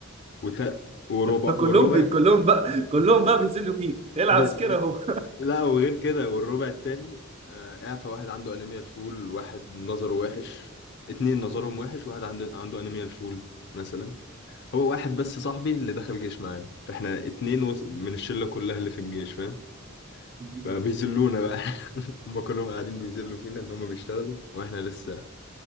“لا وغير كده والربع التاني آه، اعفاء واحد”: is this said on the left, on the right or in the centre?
Left